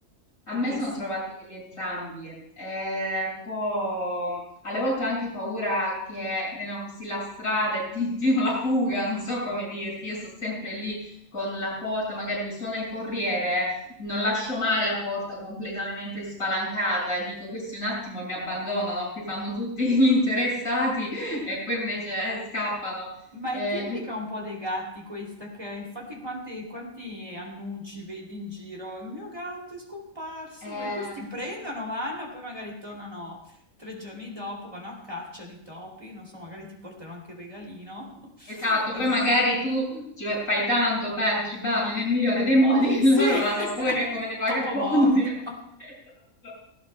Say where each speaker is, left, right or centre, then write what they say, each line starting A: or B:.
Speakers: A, on the right (about 25°); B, on the left (about 80°).
A: perché
B: A me sono
A: sì.
B: trovatelli entrambi, è un po' alle volte ho anche paura che vengano così la strada e tentino la fuga, non so come dirti, io sto sempre lì con la porta, magari mi suona il corriere, non lascio mai la porta completamente spalancata e dico questi un attimo e mi abbandonano, qui fanno tutti <laughs> gli interessati e poi invece eh, scappano.
A: Ma
B: Eh,
A: è tipica un po' dei gatti questa che infatti quanti, quanti annunci vedi in giro? Il mio gatto è scomparso,
B: eh,
A: perché questi prendono, vanno, poi magari tornano tre giorni dopo, vanno a caccia di topi, non so, magari ti portano anche il regalino. <laughs>
B: Esatto, poi
A: Eh,
B: magari tu ci fai tanto per cibarli nel migliore dei modi <laughs>
A: sì,
B: e loro
A: <laughs>
B: vanno pure come
A: il
B: dei vagabondi.
A: topo morto.
B: <laughs>
A: <laughs>
B: Esatto.